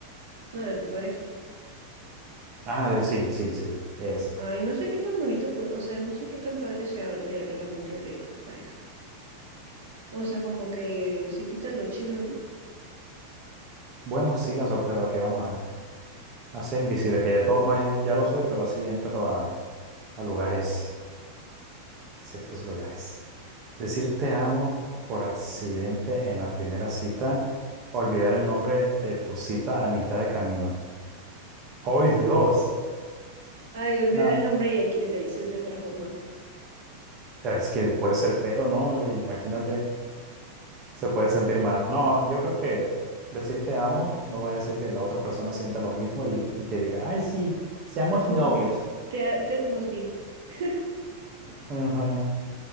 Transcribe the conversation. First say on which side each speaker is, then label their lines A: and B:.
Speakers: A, on the right; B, on the right.
A: no, de tu pareja.
B: Ah, de- sí, sí, sí. Esa.
A: Ay, no sé qué tan bonito, po- o sea, no sé qué tan padre sea leer la mente de tu pareja. O sea, como que se quita lo chido, ¿no?
B: Bueno, sí, la sorpresa que vamos a, a ser invisible, que de todos modos ya lo soy, pero así entro a, a lugares. ciertos lugares. Decir te amo por accidente en la primera cita, olvidar el nombre de tu cita a mitad de camino. ¡Ay, Dios!
A: Ay, olvidar
B: Nah,
A: el nombre y aquí le dices de otra forma.
B: es que puede ser feo, ¿no? Le- Imagínate, se puede sentir mal. No, yo creo que decir te amo no vaya a ser que la otra persona sienta lo mismo y, y que diga, ay, sí, seamos
A: Ted Mo-
B: novios.
A: Ted- Ted Mosby. <laughs>
B: Ajá.